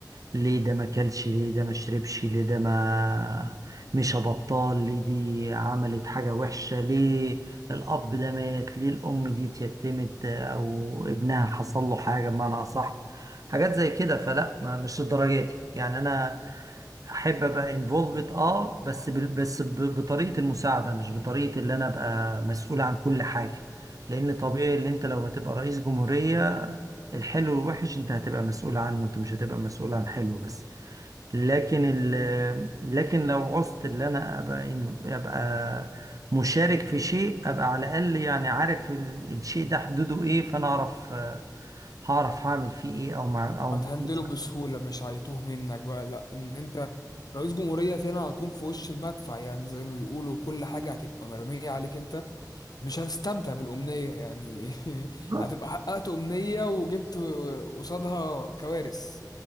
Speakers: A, on the right (about 50°); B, on the left (about 60°).
A: ليه ده ما كلش ليه ده ما شربش ليه ده ما مش بطال ليه دي عملت حاجة وحشة ليه الأب ده مات ليه الأم دي اتيتمت أو ابنها حصل له حاجة بمعنى أصح حاجات زي كده فلا ما مش لدرجاتي يعني أنا أحب أبقى انفولفد أه بس بال- بس ب- بطريقة المساعدة مش بطريقة اللي أنا أبقى مسؤول عن كل حاجة لأن طبيعي اللي أنت لو هتبقى رئيس جمهورية الحلو والوحش أنت هتبقى مسؤول عنه أنت مش هتبقى مسؤول عن حلو بس لكن ال... لكن لو عوزت اللي انا ابقى ابقى مشارك في شيء ابقى على الاقل يعني عارف ال... الشيء ده حدوده ايه فانا اعرف آه، هعرف هعمل فيه ايه او مع...
B: وهتهندله
A: او مش
B: بسهولة مش هيتوه منك بقى لا ان انت رئيس جمهورية فعلا هتكون في وش المدفع يعني زي ما بيقولوا كل حاجة هتبقى مرمية عليك انت مش هتستمتع بالأمنية يعني <laughs>
A: هعرف.
B: هتبقى حققت أمنية وجبت قصادها كوارث